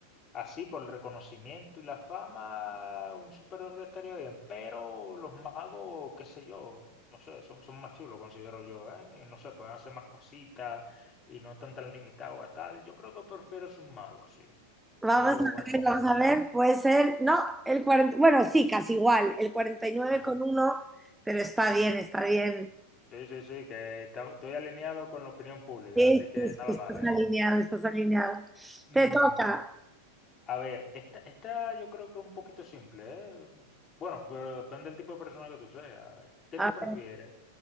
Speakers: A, on the left; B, in the centre.
A: así, por el reconocimiento y la fama, un superhéroe estaría bien, pero los magos, qué sé yo, no sé, son, son más chulos, considero yo, ¿eh? Y No sé, pueden hacer más cositas y no están tan limitados a tal. Yo creo que prefiero es un mago, sí,
B: Vamos
A: un mago
B: a
A: barbón
B: ver, vamos
A: ahí.
B: a
A: <laughs>
B: ver, puede ser, no, el 40, bueno, sí, casi igual, el cuarenta y nueve
A: Mm.
B: con uno pero está bien, está bien.
A: Sí, sí, sí, que ta- estoy alineado con la opinión pública,
B: Sí,
A: así que
B: sí, sí,
A: nada
B: estás
A: mal, ¿eh?
B: alineado, estás alineado.
A: Ujú.
B: Te toca
A: A ver, esta, esta yo creo que es un poquito simple, ¿eh? Bueno, pero depende del tipo de persona que tú seas. ¿Qué
B: a
A: tú prefieres?
B: ver,